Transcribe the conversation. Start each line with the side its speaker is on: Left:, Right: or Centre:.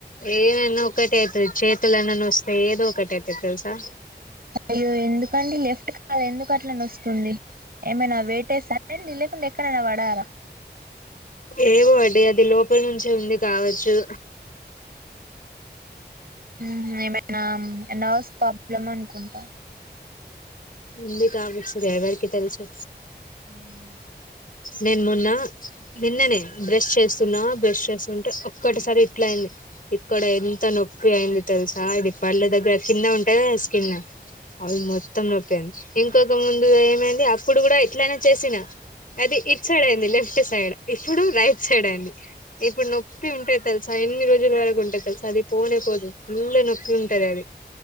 Left: ఏమైనా ఒకటైతది చేతులన్నా నొస్తయి ఏదో ఒకటి అయితది తెలుసా
Right: అయ్యో ఎందుకండి లెఫ్ట్ కాలు ఎందుకు అట్ల నొస్తుంది ఏమైనా వెయిట్ యేసారా అండి లేకుంటే ఎక్కడైనా బడ్డారా
Left: ఏమో అండి అది లోపల నుంచే ఉంది కావచ్చు
Right: మ్ ఏమైనా నర్వస్ ప్రాబ్లమ్ అనుకుంటా
Left: ఉంది కావచ్చు గా ఎవరికి తెలుసు
Right: మ్
Left: నేను మొన్న నిన్ననే బ్రష్ చేస్తున్నా బ్రష్ చేస్తుంటే ఒక్కటిసారి ఇట్లా అయింది ఇక్కడ ఎంత నొప్పి అయింది తెలుసా ఇది పళ్ళ దగ్గర కింద ఉంటది గదా స్కిన్ అవు మొత్తం రొప్పయింది ఇంకొక ముందు ఏమైంది అప్పుడు గూడా ఇట్లానే చేసినా అదే ఇట్ సైడయింది లెఫ్ట్ సైడ్ ఇప్పుడు రైట్ సైడ్ అయింది ఇప్పుడు నొప్పి ఉంటాయి తెలుసా ఎన్ని రోజుల వరకు ఉంటాది తెలుసా అది పోనేపోదు ఫుల్ నొక్కిి ఉంటది అది